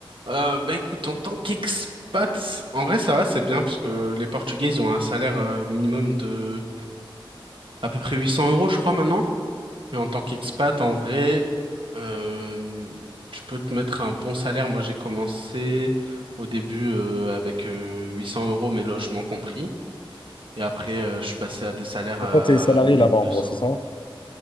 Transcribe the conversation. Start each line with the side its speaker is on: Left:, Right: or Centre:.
Right: Euh, bah écoute, en tant qu'expat, en vrai, ça va, c'est bien, parce que les Portugais, ils ont un salaire euh, minimum de à peu près 800 euros, je crois, maintenant. Et en tant qu'expat, en vrai, euh, tu peux te mettre un bon salaire. Moi, j'ai commencé au début euh, avec euh, 800 euros, mes logements compris. Et après, euh, je suis passé à des salaires
Left: Donc,
Right: à
Left: Toi, t'es salarié
Right: 1200
Left: là-bas, en gros,
Right: euros.
Left: c'est ça? Ok,